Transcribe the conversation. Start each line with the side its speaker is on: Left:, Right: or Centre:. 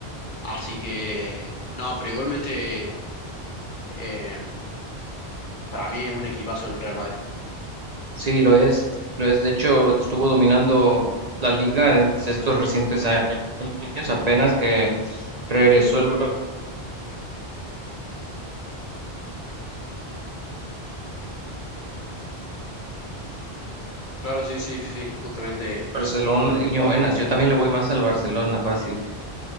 Left: Así que, no, pero igualmente, eh, para mí es un equipazo el Real Madrid.
Right: Sí, lo es, lo es. De hecho, estuvo dominando la liga en estos recientes años, apenas que regresó el Bar-
Left: Claro, sí, sí, sí, justamente.
Right: Barcelona. madrileño, buenas. Yo también le voy más al Barcelona, fácil.